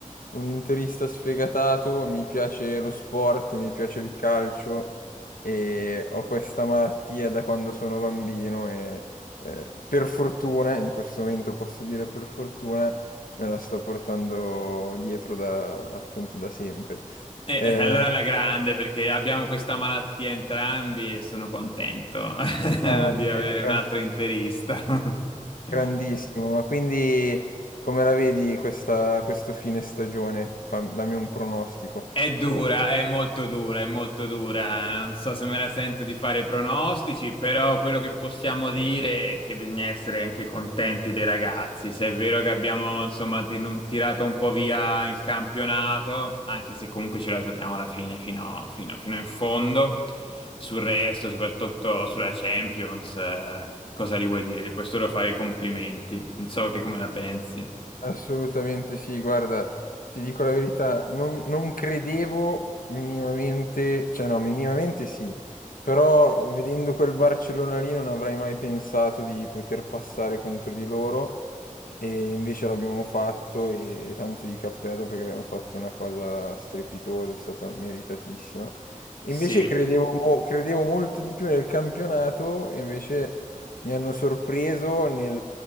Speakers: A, on the left; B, on the left.
A: un interista sfegatato, mi piace lo sport, mi piace il calcio e ho questa malattia da quando sono bambino e eh, per fortuna, in questo momento posso dire per fortuna, me la sto portando dietro da, appunto da sempre.
B: E,
A: Eh,
B: e allora alla grande, perché abbiamo questa malattia entrambi e sono contento <laughs>
A: grande,
B: di avere un
A: grande
B: altro interista. <laughs>
A: Grandissimo, ma quindi come la vedi questa, questo fine stagione? Fam- dammi un pronostico.
B: È dura, è molto dura, è molto dura. Non so se me la sento di fare pronostici, però quello che possiamo dire è che bisogna essere anche contenti dei ragazzi. Se è vero che abbiamo, insomma, tenu- tirato un po' via il campionato, anche se comunque ce la giochiamo alla fine, fino, fino- fino in fondo, sul resto, soprattutto sulla Champions, eh, cosa li vuoi dire? Li puoi solo fare i complimenti. Non so te come la pensi.
A: Assolutamente sì, guarda, ti dico la verità, non, non credevo minimamente, cioè no, minimamente sì, però vedendo quel Barcellona lì non avrei mai pensato di poter passare contro di loro E invece l'abbiamo fatto e tanto di cappello perché abbiamo fatto una cosa strepitosa, è stata meritatissima.
B: Sì,
A: Invece credevo, mo- credevo molto di più nel campionato, e invece mi hanno sorpreso nel,